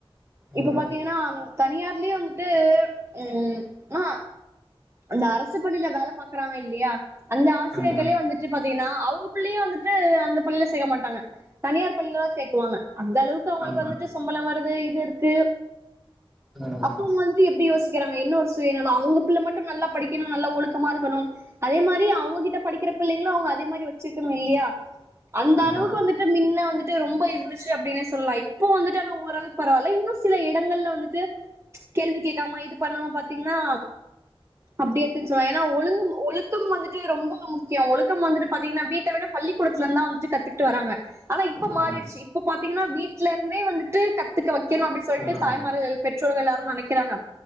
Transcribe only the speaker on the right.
இப்ப
பாத்தீங்கன்னா தனியார்லே வந்துட்டு ம் ஆ அந்த அரசு பள்ளியில வேல பாக்குறாங்க இல் லியா அந்த ஆசிரியர்களே
வந்துட்டு பாத்தீங்கன்னா அவுங்க பிள்ளைய வந்துட்டு அந்த பள்ளியில சேக மாட்டாங்க தனியார் பள்ளியில தான் சேக்குவாங்க அந்த அளவுக்கு அவுங்களுக்கு
வந்துட்டு சம்பளம் வ ல்லது இது இருக்கு
அப்ப அவுங்க வந்து எப்டி யோசிக்கிறாங்க என்ன ஒரு சுயனலோ அவுங்க கிள மட் நல்லா படிக்கிணு நல்லா ஒழுக்கமா இருக்கணு அதே மாரி அவுங்ககிட்ட படிக்கிற பிள்ளைங்களும் அவுங்க அதே மாரி வச்சிருக்கணு இல்லையா அந்த
அளவுக்கு வந்துட்டு மின்ன வந்துட் டு ரொம்ப இருந்துச்சு அப்டின்னே சொல்லலாம் இப்போ வந்துட்டுனா ஓரளவுக்கு பரவாயில்ல இன்னும் சில இடங்கள்ல வந்துட்டு கேள்வி கேக் கமா இது பண்ணாம பாத்தீங்கன்னா அப்டி இருக்குன்னு சொல்வான் ஏன்னா ஒழுங்கு ஒழுக்கம் வந்துட்டு ரொம்ப முக்கியம் ஒழுக்கம் வந்துட்டு பாத்தீங்கன்னா வீட்ட விட பள்ளிக்கூடத்துலந்தான் ட்டு கத்துக்கிட்டு வராங்க ஆனா இப்ப
மாறிடுச்சு இப்ப பாத்திங்கனா வீட்ல இருந்தே வந்துட்டு கத்துக்க வக்கனும் அப்டி சொல்லிட்டு
தாய் மார்கள் பெற்றோர்கள் எல்லாரு நெனைக்கறாங்க